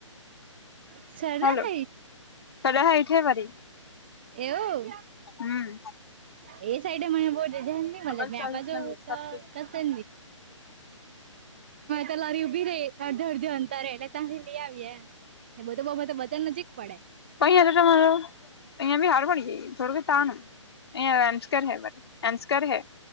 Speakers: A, on the right; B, on the left.
A: સરર-
B: હલો સદા હાઈટ હે વરી
A: - એવું?
B: હમ.
A: હ એ સાઈડ મને બ- - મ
B: ઓગણચાલીસ
A: મેપ જવ
B: ના મિક્સ
A: તો
B: આપી
A: કસ કે તો લારી- - ર અડધો અડધો અંતરરે એટલે ત્યાંથી લઈ આવીએે બધો બ મ તો બચન નજીક પડે.
B: પહી એ તો અહીયાી હાર બડી ગઈ થોડી ત- - અ અન્સ્કર હૈ બ અંસ્કર હૈ.